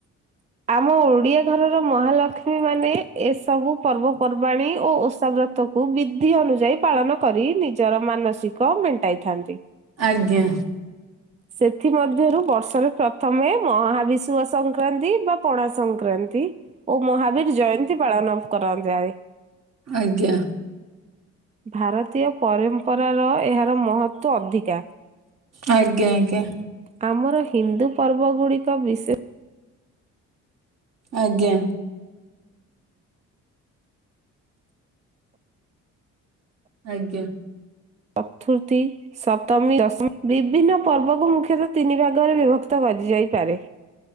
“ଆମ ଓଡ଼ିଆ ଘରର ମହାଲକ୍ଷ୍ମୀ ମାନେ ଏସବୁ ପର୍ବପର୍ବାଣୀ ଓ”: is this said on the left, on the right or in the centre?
Right